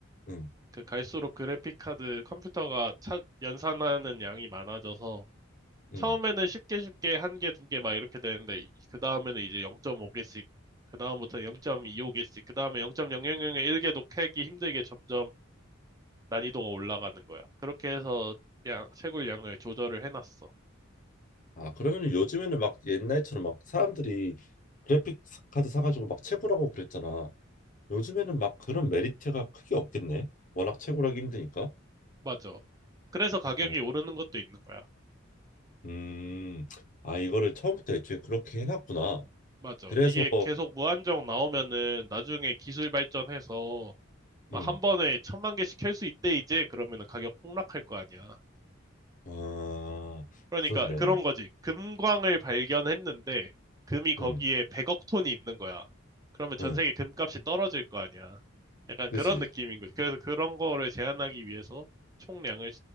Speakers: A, on the left; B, on the right.
A: 응,
B: 그 갈수록 그래픽 카드 컴퓨터가 차- 연산하는 양이 많아져서
A: 응.
B: 처음에는 쉽게 쉽게 한 개, 두 개 막 이렇게 되는데 그 다음에는 이제 0.5개씩 그 다음부터 0.25개씩 그 다음에 0 0 0 0 1개도 캐기 힘들게 점점 난이도가 올라가는 거야. 그렇게 해서 양, 채굴 양을 조절을 해놨어.
A: 아, 그러면 요즘에는 막 옛날처럼 막 사람들이 그래픽 카드 사가지고 막 채굴하고 그랬잖아. 요즘에는 막 그런 메리트가 크게 없겠네. 워낙 채굴하기 힘드니까.
B: 맞아. 그래서 가격이
A: 어,
B: 오르는 것도 있는 거야.
A: 음, 아, 이거를 처음부터 애초에 그렇게 해놨구나.
B: 맞아.
A: 그래서,
B: 이게 계속 무한정 나오면은 나중에 기술 발전해서 막한
A: 음,
B: 번에 천만 개씩 캘 수 있대, 이제. 그러면은 가격 폭락할 거 아니야.
A: 아,
B: 그러니까
A: 그렇네.
B: 그런 거지. 금광을 발견했는데, 금이 거기에
A: 음,
B: 100억 톤이 있는 거야. 그러면 전
A: 음,
B: 세계 금값이 떨어질 거 아니야. 약간
A: 그지.
B: 그런 느낌인 거지. 그래서 그런 거를 제한하기 위해서 총량을